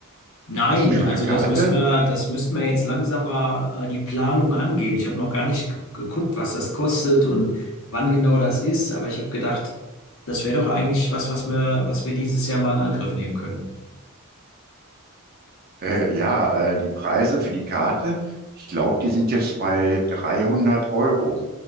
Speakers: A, on the left; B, on the right.
A: Nein,
B: Hast du schon
A: also
B: eine Karte?
A: das müssten wir, das müssten wir jetzt langsam mal äh, die Planung angehen. Ich habe noch gar nicht ge- geguckt, was das kostet und wann genau das ist, aber ich habe gedacht, das wäre doch eigentlich was, was wir, was wir dieses Jahr mal in Angriff nehmen können.
B: Äh, ja, äh, die Preise für die Karte, ich glaube, die sind jetzt bei 300 Euro.